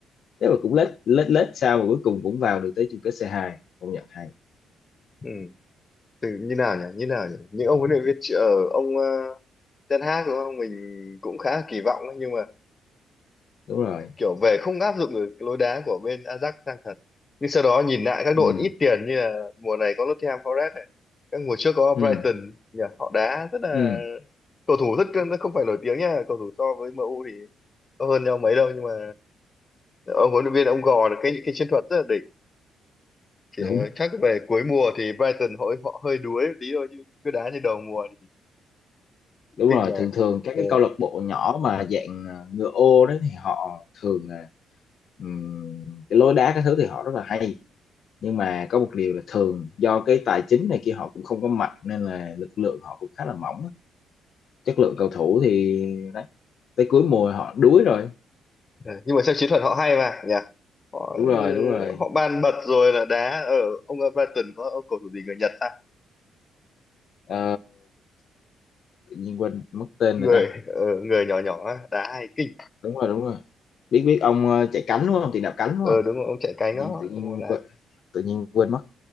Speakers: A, on the left; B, on the left.
A: thế mà cũng lết lết lết sao mà cuối cùng cũng vào được tới chung kết C2 công nhận hay
B: ừ. từ như nào nhỉ như nào nhỉ những ông huấn luyện viên tr- ở ông ờ, Ten Hag đúng không mình cũng khá là kỳ vọng ấy, nhưng mà
A: đúng rồi
B: kiểu về không áp dụng được lối đá của bên Ajax sang thật nhưng sau đó nhìn lại các
A: ừ
B: đội ít tiền như là mùa này có Nottingham Forest này các mùa trước có
A: ừ
B: Brighton nhỉ họ đá rất là
A: ừ
B: cầu thủ rất không phải nổi tiếng nha cầu thủ so với MU thì có hơn nhau mấy đâu nhưng mà ông huấn luyện viên ông gò được cái những cái chiến thuật rất là đỉnh chỉ
A: đúng
B: ờ, chắc về cuối mùa thì Brighton họ họ hơi đuối một tí thôi chứ cứ đá như đầu mùa thì cũng
A: đúng
B: kinh
A: rồi
B: mà
A: thường thường các
B: Ờ,
A: cái câu lạc bộ nhỏ mà dạng ờ, ngựa ô đấy thì họ thường là ừm, cái lối đá các thứ thì họ rất là hay nhưng mà có một điều là thường do cái tài chính này kia họ cũng không có mạnh nên là lực lượng họ cũng khá là mỏng á. chất lượng cầu thủ thì đấy tới cuối mùa họ đuối rồi
B: Ừ, nhưng mà xem chiến thuật họ hay mà nhỉ họ
A: đúng rồi
B: ừ,
A: đúng rồi
B: họ ban bật rồi là đá ở ông Everton có ông cầu thủ gì người Nhật ta
A: Ờ, tự nhiên quên mất tên
B: người
A: người ta
B: ờ, người nhỏ nhỏ á, đá hay kinh
A: đúng rồi đúng rồi biết biết ông ờ, chạy cánh đúng không tiền đạo cánh đúng
B: ờ
A: không
B: đúng rồi ông chạy cánh
A: tự nhiên
B: đó
A: tự nhiên
B: đúng rồi đá
A: quên,
B: cánh.
A: tự nhiên quên mất